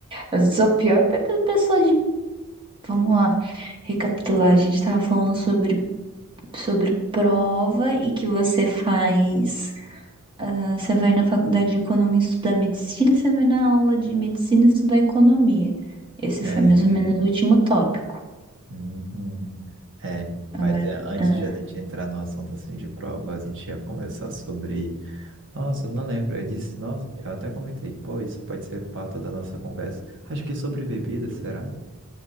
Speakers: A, on the right; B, on the right.
A: Eu sou a pior pe- pe- pessoa de. Vamos lá, recapitular. A gente tava falando sobre, sobre prova e que você faz. ah, Você vai na faculdade de economia estudar medicina, e você vai na aula de medicina estudar economia. Esse
B: É,
A: foi mais ou menos o último tópico.
B: uhum, é. Mas
A: Agora,
B: é, antes
A: ah,
B: de a gente entrar no assunto assim de prova, a gente ia conversar sobre. Nossa, eu não lembro. Eu disse, nossa, eu até comentei, pô, isso pode ser pauta da nossa conversa. Acho que sobre bebida, será?